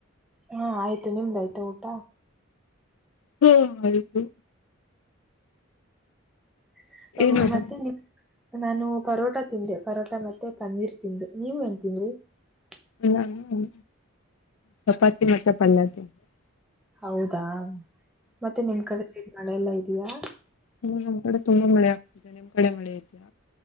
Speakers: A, in the centre; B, on the left.
A: ಹಾ ಆಯ್ತು ನಿಮ್ದಾಯ್ತು ಊಟ
B: ಹ್ಮ ಆಯಿತು
A: <unintelligible> ಹ
B: ಏನ್ ಊಟ
A: ಮತ್ತೆ ನಿಮ್ ನಾನು ಪರೋಟಾ ತಿಂದೆ ಪರೋಟಾ ಮತ್ತೆ ಪನ್ನೀರ್ ತಿಂದೆ ನೀವ್ ಏನ್ ತಿಂದ್ರಿ. <unintelligible>
B: ಹ್ಮ್ ಚಪಾತಿ ಮ ಪಲ್ಲತಿ. <unintelligible>
A: ಹೌದಾ. ಮತ್ತೆ ನಿಮ್ ಕಡೆ ಸಿ. <unintelligible> ಮಳೆಲ್ಲಾ ಇದಯಾ.
B: ಹ್ಮ ನಮ್ ಕಡೆ ತುಂಬಾ ಮಳೆ ಆಗ್ತಿದೆ ನಿಮ್ ಕಡೆ ಮಳೆ ಇದ್ಯಾ.